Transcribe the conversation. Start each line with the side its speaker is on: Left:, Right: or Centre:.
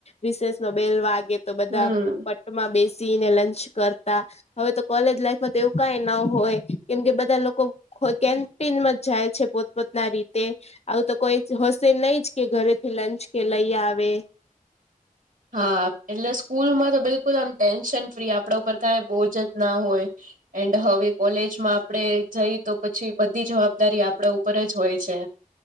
Left: રિશેષ નો બેલ વાગે તો બધા
Right: હમ
Left: પટ્ટમાં બેસીને લંચ કરતા- હવે તો કોલેજ લાઈફમાં તો એવું કઈ ના હોય કેમ કે બધા લોકો- કેન્ટીનમાં જ જાય છે પોતપોતના રીતે આવું તો કોઈ હશે નહી જ કે ઘરેથી લંચ કે લઈ આવે
Right: હા એટલે સ્કૂલમાં તો બિલકુલ આમ ટેન્શન ફ્રી આપણા ઉપર કાંઈ બોજ જ ના હોય એન્ડ હવે કોલેજમાં આપડે જઈ તો પછી બધી જવાબદારી આપણા ઉપર જ હોય છે.